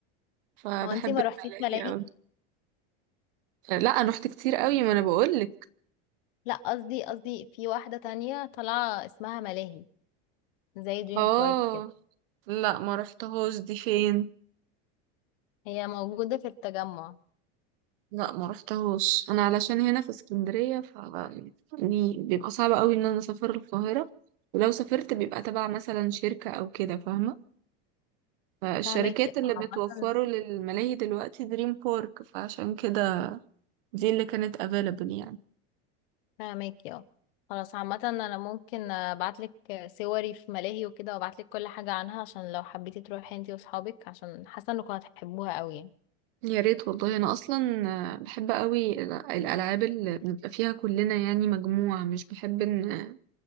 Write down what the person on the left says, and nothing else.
هو انتي ما
روحتيش ملاهي
لا قصدي قصدي في واحده تانية طالعه اسمها ملاهي زي دريم
بارك كده
هي موجوده في التجمع
فهماكي
عامة
فاهمك اه خلاص عامة انا ممكن ابعتلك صوري في ملاهي وكده وابعتلك كل حاجة عنها عشان لو حبيتي تروحي انتي واصحابك عشان حاسة انكم هتحبوها قوي يعني